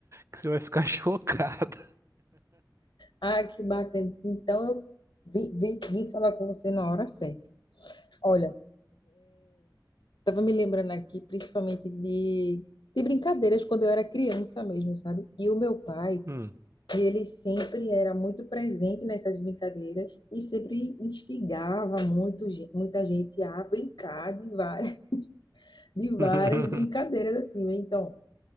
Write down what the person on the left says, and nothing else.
Ah, que bacana. Então, eu vim, vim, vim falar com você na hora certa. Olha, estava me lembrando aqui, principalmente de, de brincadeiras quando eu era criança mesmo, sabe? E o meu pai,
ele sempre era muito presente nessas brincadeiras e sempre instigava muito, ge- muita gente a brincar de várias, <laughs> de várias
brincadeiras assim, né? Então,